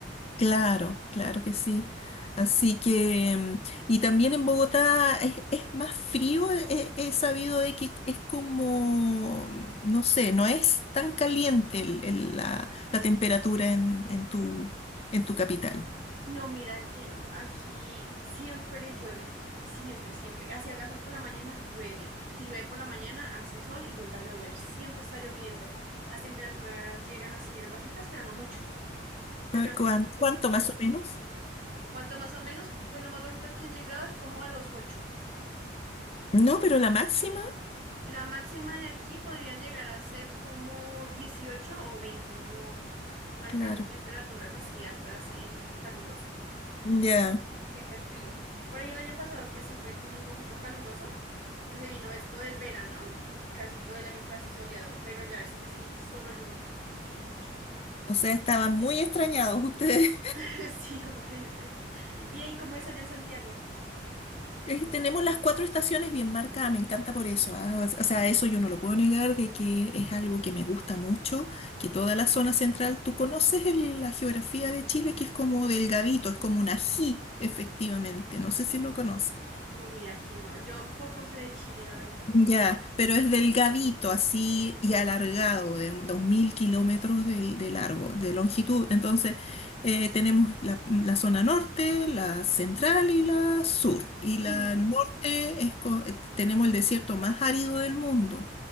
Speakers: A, on the left (about 35°); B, on the right (about 45°).
A: Claro, claro que sí. Así que, mm, y también en Bogotá es, es más frío, eh, he, he sabido de que es como, mm, no sé, no es tan caliente el- el- la, la temperatura en, en tu, en tu capital.
B: No, mira que no. Aquí siempre llueve. Siempre, siempre. Así haga sol por la mañana, llueve. Si llueve por la mañana, hace sol y vuelve a llover. Siempre está lloviendo. Las temperaturas llegan a ser bajitas, pero no mucho. Yo
A: ¿Cuán-
B: creo que
A: cuán-
B: es por costumbre.
A: ¿Cuánto más o menos?
B: Cuanto más o menos, pues lo más bajito que he llegado es como a los 8.
A: No, pero la máxima,
B: La máxima de aquí podría llegar a ser como 18 o 20. No, no alcanza
A: claro.
B: temperaturas así altas en caluroso, ¿no?
A: Ya,
B: Siempre es frío. Por ahí el año pasado que sí fue como un poquito caluroso. que se vino esto del verano y casi todo el año fue así soleado, pero ya este sí, solo lluvia, mucha, mucha.
A: o sea, estaban muy extrañados <laughs> ustedes
B: <laughs> Sí, horrible. ¿Y ahí cómo es allá en Santiago?
A: Eh, tenemos las cuatro estaciones bien marcadas, me encanta por eso. ah, O sea, eso yo no lo puedo negar de que es algo que me gusta mucho, que toda la zona central, tú conoces el- la geografía de Chile, que es como delgadito, es como un ají, efectivamente. No sé
B: <laughs>
A: si lo conoces.
B: No, mira, aquí no. Yo poco sé de Chile, la verdad.
A: Ya, pero es delgadito así y alargado, de 2.000 kilómetros de, de largo, de longitud. Entonces, eh, tenemos la, la zona norte, la central y la sur. Y
B: Ujú,
A: la norte es co- eh, tenemos el desierto más árido del mundo.